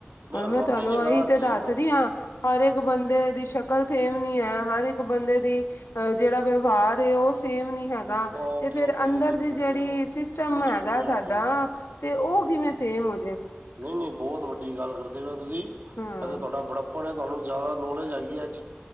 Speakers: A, on the right; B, on the left.
A: ਮੈਂ
B: ਹੁਣ
A: ਖਾ
B: ਤੁਹਾਨੂੰ
A: ਨੀ ਹੈਗਾ
B: ਇਹੀ
A: ਇਹ
B: ਤੇ
A: ਚੀਜ਼
B: ਦੱਸ
A: ਹ।
B: ਰਹੀ ਹਾਂ ਹਰ ਇੱਕ ਬੰਦੇ ਦੀ ਸ਼ਕਲ ਸੇਮ ਨੀ ਹੈ ਹਰ ਇੱਕ ਬੰਦੇ ਦੀ ਅਹ ਜਿਹੜਾ ਵਿਵਹਾਰ ਹੈ ਉਹ। ਉਹ ਸੇਮ ਨੀ ਹੈਗਾ
A: ਓਕੇ
B: ਤੇ ਫਿਰ
A: ਓਕੇ
B: ਅੰਦਰ
A: ਠੀਕ
B: ਦੀ
A: ਚੱਲ
B: ਜਿਹੜੀ ਸਿਸਟਮ
A: ਮਸ਼ੀਨੀ
B: ਹੈਗਾ ਸਾਡਾ।
A: ਆ ਠੀਕ ਆ
B: ਤੇ ਉਹ ਕਿਵੇਂ ਸੇਮ ਹੋ।
A: ਨਹੀਂ ਨਹੀਂ ਬਹੁਤ ਵੱਡੀ ਗੱਲ ਕਰਦੇ ਪਏ ਤੁਸੀਂ ਇਥੇ
B: ਹਾਂ
A: ਤੁਹਾਡਾ ਬੜਾ ਪੜਿਆ ਤੁਹਾਨੂੰ ਜ਼ਿਆਦਾ ਨੌਲੇਜ ਹੈਗੀ ਹੈ ਜੀ।